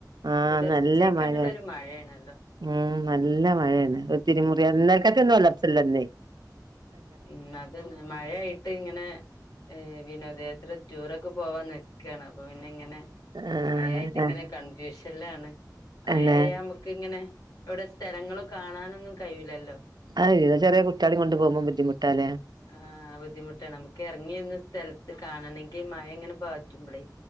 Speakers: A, on the right; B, on the left.
A: ആഹ്
B: തുടർച്ചയായിക്കാണ്ടുള്ള
A: നല്ല മഴയാണ്
B: ഒരു മഴേണല്ലോ
A: ഉം നല്ല മഴയാണ് ഒരു തിരിമുറി <unintelligible>
B: ഉം ഉം അത് മഴയായിട്ട് ഇങ്ങനെ ഏഹ് വിനോദയാത്ര റ്റൂറൊക്കെ പോവാൻ നിക്കാണ് അപ്പൊ പിന്നെ ഇങ്ങനെ
A: ആഹ്
B: മയായിട്ട് ഇങ്ങനെ
A: ആഹ്
B: കൺഫ്യൂഷല്ലാണ് അയയാ
A: അല്ലെ
B: അമുക്ക് ഇങ്ങനെ അവിടെ സ്ഥലങ്ങളൊകാണാനൊന്നും കയ്യൂലല്ലോ
A: ആഹ് ഇത് ചെറിയ കുട്ട്യാളേം കൊണ്ട് പോവുമ്പോ ബുദ്ധിമുട്ടാല്ലേ
B: ആഹ് ബുദ്ധിമുട്ടാണ് നമുക്ക് എറങ്ങിന്ന് സ്ഥലത്ത് കാണണെങ്കി മയ ഇങ്ങനെ പാറ്റുമ്പളേ